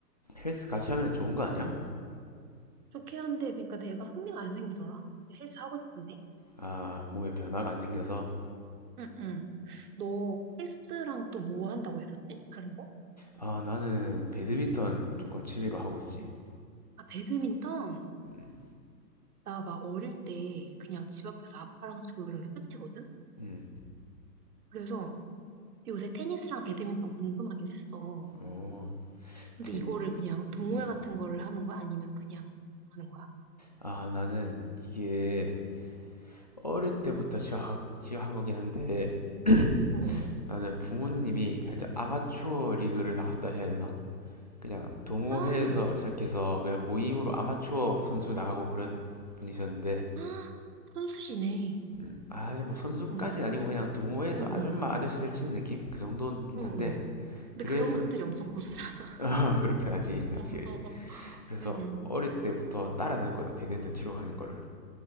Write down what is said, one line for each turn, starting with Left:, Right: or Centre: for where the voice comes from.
Left: 헬스 같이 하면 좋은 거 아니야?
Right: 좋긴 한데, 그러니까 내가 흥미가 안 생기더라? 헬스 하고 싶은데?
Left: 아, 몸에 변화가 안 생겨서.
Right: 응, 응. 너 헬스랑 또 뭐 한다고 했었지? 다른 거?
Left: 아, 나는 배드민턴 조금 취미로 하고 있지.
Right: 아, 배드민턴?
Left: 음,
Right: 나 막 어릴 때 그냥 집 앞에서 아빠랑 치고 이런 게 끝이거든?
Left: 음.
Right: 그래서 요새 테니스랑 배드민턴 궁금하긴 했어.
Left: 오,
Right: 근데
Left: 테니,
Right: 이거를 그냥 동호회
Left: 음.
Right: 같은 거를 하는 거야? 아니면 그냥 하는 거야?
Left: 아, 나는 이게 어릴 때부터 시작, 시작한 거긴 한데, <clears throat>
Right: 어, 어.
Left: 나는 부모님이 살짝 아마추어 리그를 나갔다 해야 되나? 그냥 동호회에서
Right: 아,
Left: 시작해서 그냥 모임으로 아마추어 선수 나가고 그런 분이셨는데,
Right: 아, <gasps> 선수시네.
Left: 음, 아, 사실 뭐 선수까지는
Right: 응,
Left: 아니고 그냥 동호회에서
Right: 응,
Left: 아줌마
Right: 응,
Left: 아저씨들 치는 느낌? 그 정도긴
Right: 응,
Left: 한데,
Right: 응. 근데
Left: 그래서,
Right: 그런 분들이 엄청 고수잖아.
Left: <laughs>
Right: <laughs>
Left: 어, 그렇긴 하지, 확실히.
Right: 응, 응, 응,
Left: 그래서
Right: 응. 응.
Left: 어릴 때부터 따라다녔거든 배드민턴 치러 가는 거를